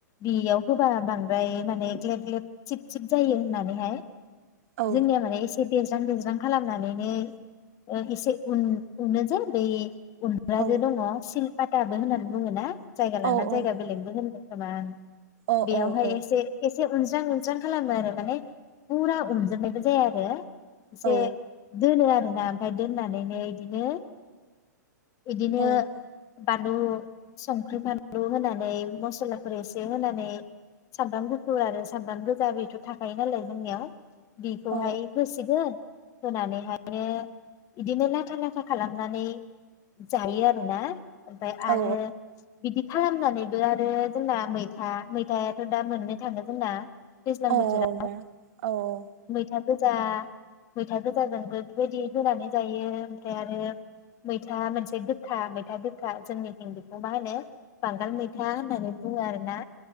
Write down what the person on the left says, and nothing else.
बियाव होबा बांद्राय माने ग्लेब ग्लेब थिब थिब जायो होनानैहाय
जोंनिया माने एसे देरज्रां देरज्रां खालामनानैनो ओ एसे उन उनो जे बै उन्द्राजे
दङ सिलपात दाबो होननानै बुङो‌ना जायगा लाना
जायगा बेलेगबो होनो <unintelligible>
बेयावहाय
एसे एस एसे उनस्रां उनस्रां खालामो आरो माने फुरा उनजोबनायबो जाया आरो। एसे
दोनो आ ना ओमफाय दोननानैनो इदिनो इदिनो
बानलु संख्रि फानलु होनानै मसलाफोर एसे होनानै सामब्राम गुफुर आरो सामब्राम गोजा बेथ थाख थायो‌नालाय जोंनिआव। बेखौहाय
होसिगोन। होनानैहायनो इदिनो लाथा लाथा खालामनानै जायो आरोना। ओमफाय
आरो बिदि खालामनानैबो आरो जोंना मैथा मैथायाथ दा मोननो थाङो जोंना । दैज्लां
बोथोरा
मैथा गोजा मैथा गोजाजोंबो बेबायदि होनानै जायो ओमफ्राय आरो मैथा मोनसे गोखा मै मैथा गोखा जोंनिथिं बेखौ मा होनो बांगाल मैथा होननानै बुङो आरोना।